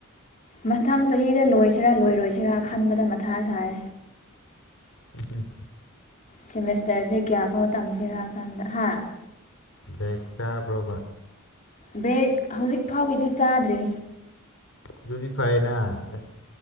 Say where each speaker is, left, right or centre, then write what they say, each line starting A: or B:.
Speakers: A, on the left; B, on the left.
A: ꯃꯊꯪ ꯆꯍꯤꯗ ꯂꯣꯏꯁꯤꯔꯥ ꯂꯣꯏꯔꯣꯏꯁꯤꯔꯥ ꯈꯟꯕꯗ ꯃꯊꯥ ꯁꯥꯏ
B: ꯎꯝ
A: ꯁꯤꯦꯃꯦꯁꯇꯔꯁꯦ ꯀꯌꯥꯐꯥꯎ ꯇꯝꯁꯤꯔꯀꯥꯟꯗ ꯍꯥ
B: ꯕꯦꯛ ꯆꯥꯕ꯭ꯔ‌ꯣ
A: ꯕꯒ ꯍꯧꯖꯤꯛ ꯐꯥꯎꯒꯤꯗꯤ ꯆꯥꯗ꯭ꯔꯤ
B: ꯑꯗꯨꯗꯤ ꯐꯩꯅ ꯑꯁ